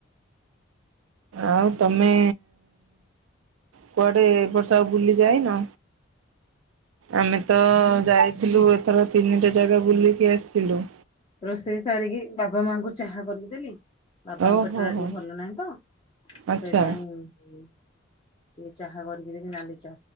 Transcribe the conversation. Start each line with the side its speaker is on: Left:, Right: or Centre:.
Right: ଆଉ ତମେ କୁଆଡେ ଏ ବର୍ଷ ଆଉ ବୁଲି ଯାଇନ? ଆମେ ତ ଯାଇଥିଲୁ ଏଥର ତିନିଟା ଜାଗା ବୁଲିକି ଆସିଥିଲୁ।
Left: ରୋଷେଇ ସାରିକି ବାବା ମାଙ୍କୁ ଚାହା କରିକି ଦେଲି। ବାବାଙ୍କ
Right: ଓହୋ
Left: ପେଟ ଟା
Right: ହୋ
Left: ଟିକେ ଭଲ ନାହିଁ ତ
Right: ଆଚ୍ଛା
Left: ସେଇପାଇଁ ହୁଁ। ଟିକେ ଚାହା କରିକି ଦେଲି ନାଲି ଚା